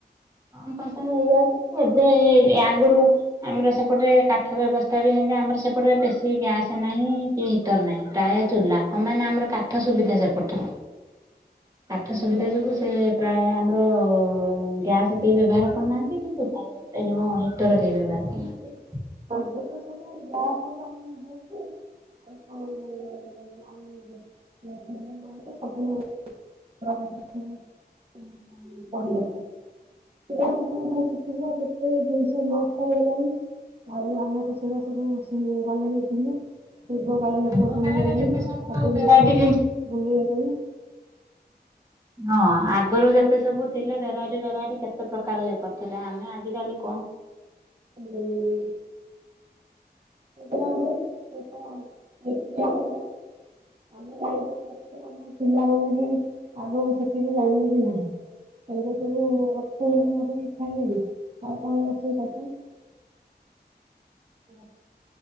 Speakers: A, on the right (about 20°); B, on the right (about 35°).
A: ହଁ କମ୍ ପଇସାରେ ହେଇଯାଉଛି ଏବେ ଆଗରୁ ଆମର ସେପଟରେ କାଠ ବ୍ୟବସ୍ଥା ବି ଆମର ସେପଟରେ ବେଶୀ ଗ୍ୟାସ ନାହିଁ କି ହିଟର ନାହିଁ ପ୍ରାୟ ଚୂଲା କଣ ମାନେ ଆମର କାଠ ସୁବିଧା ସେପଟେ କାଠ ସୁବିଧା ଯୋଗୁ ସେ ପ୍ରାୟ ଆମ ଗ୍ୟାସ୍ ଟିକେ କବ୍ୟବହାର କରୁନାହାନ୍ତି କି ଚୂଲା ରେ ଏ ଯୋ ମୁଁ ହିଟର କେହି ବ୍ୟବହାର
B: ହଁ
A: କରୁନାହାନ୍ତି ଏବେ
B: ଏବେ ତ ସବୁ ଗ୍ୟାସ ସବୁ ଆମ ହଉଛି ଆଉ ସବ ଆ ସବୁ <unintelligible> ବଢିବା <unintelligible> ସେ ଦିନ ନୋ ଆଉ ଆମେ ତ ସେଗୁଡା ସବୁ ସେମି ଭଲରେ ଥିଲେ ପୂର୍ବକାଳ ଲୋକ
A: ଆଗ
B: ସବୁ
A: କାଳରେ
B: ଗଲେଣି
A: ଯେତେ
B: ସବୁ
A: ଭେରାଇଟି
B: ଜିନିଷ ଭୁଲି ଗଲେଣି।
A: ହଁ ଆଗରୁ ଯେତେ ସବୁ ଥିଲେ ଭେରାଇଟି ଭେରାଇଟି କେତେ ପ୍ରକାର ଇଏ କରିୁଥିଲେ ଆମେ ଆଜିକାଲି କଣ?
B: ହୁଁ ହୁଁ। କେ ଜାଣି ଆମ ଆମ ପିଲାମାନେ ବି ଆଗକୁ ସେତିକି ଜାଣିବେ କି ନାହିଁ ହେଲେ ତ ସବୁ ହୋଟେଲରୁ ମଗେଇକି ଖାଇଲେଣି ଆଉ କଣ ରଷେଇସ ହଁ